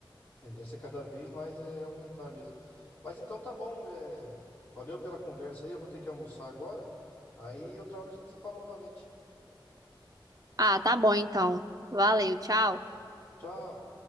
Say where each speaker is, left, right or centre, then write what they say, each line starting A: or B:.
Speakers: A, on the left (about 25°); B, on the right (about 45°).
A: Tendência é cada vez mais é aumentar mesmo. Mas então tá bom, é, valeu pela conversa aí. Eu vou ter que almoçar agora. Aí outra hora a gente se fala novamente.
B: Ah, tá bom então. Valeu, tchau.
A: Tchau.